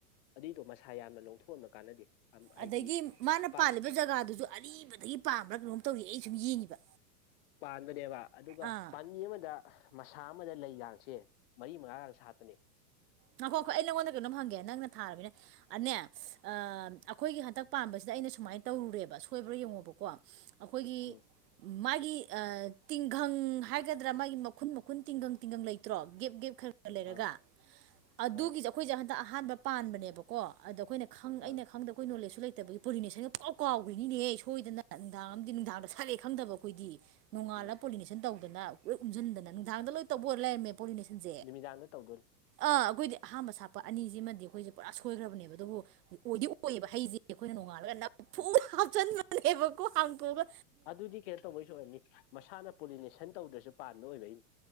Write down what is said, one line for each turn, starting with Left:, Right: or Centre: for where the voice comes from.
Left: ꯑꯗꯨꯏꯗꯣ ꯃꯁꯥ ꯌꯥꯝꯅ ꯂꯣꯡꯊꯣꯛꯍꯟꯕ ꯀꯥꯟꯅꯗꯦ ꯍꯥꯏꯗꯤ
Right: ꯑꯗꯒꯤ ꯃꯥꯅ
Left: ꯄꯥꯟ
Right: ꯄꯥꯜꯂꯤꯕ ꯖꯒꯥꯗꯨꯖꯨ ꯑꯔꯤꯕꯗꯒꯤ ꯄꯥꯝꯕ꯭ꯔꯥ ꯀꯩꯅꯣꯝ ꯇꯧꯔꯤ ꯑꯩ ꯁꯨꯝ ꯌꯦꯡꯉꯤꯕ
Left: ꯄꯥꯟꯕꯅꯦꯕ ꯑꯗꯨꯒ
Right: ꯑꯥ
Left: ꯄꯥꯟꯃꯤ ꯑꯃꯗ ꯑꯥ ꯃꯁꯥ ꯑꯃꯗ ꯂꯩꯒꯁꯦ ꯃꯔꯤ ꯃꯉꯥꯒ ꯁꯥꯠꯄꯅꯦ
Right: ꯉꯥꯈꯣ ꯉꯥꯈꯣ ꯑꯩ ꯅꯉꯣꯟꯗ ꯀꯩꯅꯣꯝ ꯍꯪꯒꯦ ꯅꯪꯅ ꯊꯥꯔꯕꯅꯤꯅ ꯑꯅꯦ ꯑꯥ ꯑꯩꯈꯣꯏꯒꯤ ꯍꯟꯗꯛ ꯄꯥꯟꯕꯁꯤꯗ ꯑꯩꯅ ꯁꯨꯃꯥꯏ ꯇꯧꯔꯨꯔꯦꯕ ꯁꯣꯏꯕ꯭ꯔꯥ ꯌꯦꯡꯉꯣꯕꯀꯣ ꯑꯈꯣꯏꯒꯤ
Left: ꯎꯝ
Right: ꯃꯥꯒꯤ ꯑꯥ ꯇꯤꯡꯘꯪ ꯍꯥꯏꯒꯗ꯭ꯔꯥ ꯃꯥꯒꯤ ꯃꯈꯨꯟ ꯃꯈꯨꯟ ꯇꯤꯡꯒꯪ ꯇꯤꯡꯒꯪ ꯂꯩꯇ꯭ꯔꯣ ꯒꯦꯞ ꯒꯦꯞ ꯈꯔ ꯈꯔ ꯂꯩꯔꯒ
Left: ꯑꯥ
Right: ꯑꯗꯨꯒꯤꯁꯨ
Left: ꯑꯥ
Right: ꯑꯈꯣꯏꯁꯦ ꯍꯟꯗꯛ ꯑꯍꯥꯟꯕ ꯄꯥꯟꯕꯅꯦꯕꯀꯣ ꯑꯗꯣ ꯑꯩꯈꯣꯏꯅ ꯈꯪ ꯑꯩꯅ
Left: ꯑꯥ
Right: ꯈꯪꯗꯕ ꯑꯩꯈꯣꯏ ꯅꯣꯂꯦꯖꯁꯨ ꯂꯩꯇꯕꯒꯤ ꯄꯣꯂꯤꯅꯦꯁꯟꯒꯥ ꯄꯨꯡꯀꯥꯎ ꯀꯥꯎꯈ꯭ꯔꯤꯅꯤꯅꯦꯍꯦ ꯁꯣꯏꯗꯅ ꯅꯨꯡꯗꯥꯡ ꯑꯃꯗꯤ ꯅꯨꯡꯗꯥꯡꯗ ꯁꯥꯠꯂꯦ ꯈꯪꯗꯕ ꯑꯈꯣꯏꯗꯤ ꯅꯣꯡꯉꯥꯜꯂ
Left: ꯎꯝ
Right: ꯄꯣꯂꯤꯅꯦꯁꯟ ꯇꯧꯗꯅ ꯂꯣꯏ ꯎꯝꯖꯤꯟꯗꯅ ꯅꯨꯡꯗꯥꯡꯗ ꯂꯣꯏ ꯇꯧꯕ ꯑꯣꯏ ꯂꯩꯔꯝꯃꯦ ꯄꯣꯂꯤꯅꯦꯁꯟꯁꯦ
Left: ꯅꯨꯃꯤꯗꯥꯡꯗ ꯇꯧꯗꯣꯏꯅꯤ
Right: ꯑꯥ ꯑꯈꯣꯏꯗꯤ ꯑꯍꯥꯟꯕ ꯁꯥꯠꯄ ꯑꯅꯤꯁꯤꯃꯗꯤ ꯑꯈꯣꯏꯁꯦ ꯄꯨꯔꯥ ꯁꯣꯏꯈ꯭ꯔꯕꯅꯦꯕ ꯑꯗꯨꯕꯨ ꯑꯣꯏꯗꯤ ꯑꯣꯏꯌꯦꯕ ꯍꯩꯁꯦ ꯑꯩꯈꯣꯏꯅ ꯅꯣꯡꯉꯥꯜꯂꯒ ꯅꯝꯐꯨꯗ
Left: ꯎꯝ
Right: ꯍꯥꯞꯆꯤꯟꯕꯅꯦꯕꯀꯣ ꯍꯥꯡꯗꯣꯛꯑꯒ
Left: ꯑꯗꯨꯗꯤ ꯀꯩꯅꯣ ꯇꯧꯕꯩꯁꯨ ꯑꯣꯏꯔꯝꯅꯤ ꯃꯁꯥꯅ ꯄꯣꯂꯤꯅꯦꯁꯟ ꯇꯧꯗ꯭ꯔꯁꯨ ꯄꯥꯟꯕ ꯑꯣꯏꯕꯩꯅꯤ